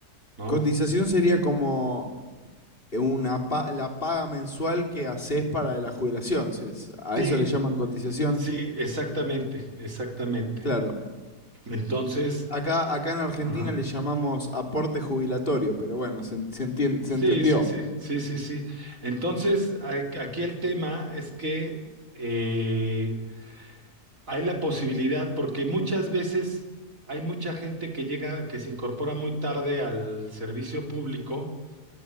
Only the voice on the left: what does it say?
Cotización sería como eh, una pa- la paga mensual que haces para la jubilación. se- A
eso le llaman cotización.
Claro.
Acá, acá en Argentina
le llamamos aporte jubilatorio, pero bueno, se, en- se entien- se
entendió,